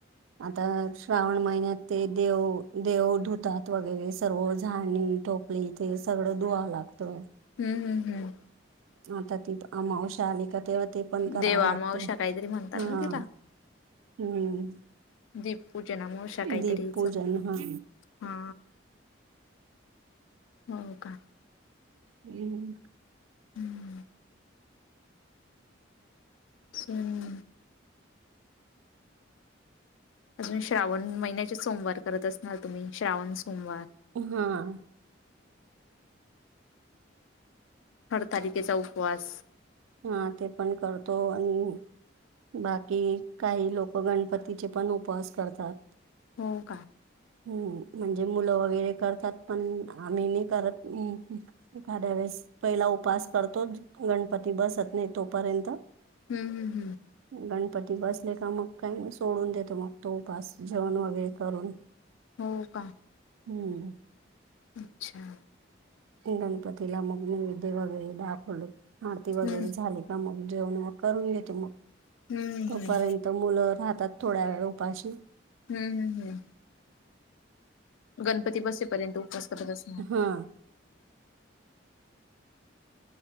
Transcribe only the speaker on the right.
आंता श्रावण महिन्यांत ते देवं, देवं धुंतांत वगैरें सर्व झाडूंन ठेव हे इंथे सगळं धुंवा लागतं.
आंता तीथं अमांवश्या आंली कां तेवां ते पणं करावं
लागतं,
हां.
हंम
दीपपूजनं
हां
हम्मं
हांआं
हां ते पणं करतो आणि बाकी कांहीं लोकं गणपतीचे पणं उपवांस करतांत.
हम्मं म्हणजे मुलं वगैरें करतांत पणं आम्हीं नाहीं करतंम एखाद्यां वेळेसं पहिला उपवांस करतो गणपती बसतं नाहीं तोपर्यंत
गणपती बसले कां मगं कांहीं सोडूंन देतो मगं तो उपावांस जेवणं वगैरें करूंन
हम्मं
गणपतीला मगं नैवेद्य वगैरें दाखवलं आरती
वगैरें झाली मगं जेवणं मगं करूंन घेते मगं
तोपर्यंत
मुलं राहतांत थोड्या वेळ उपाशी
हा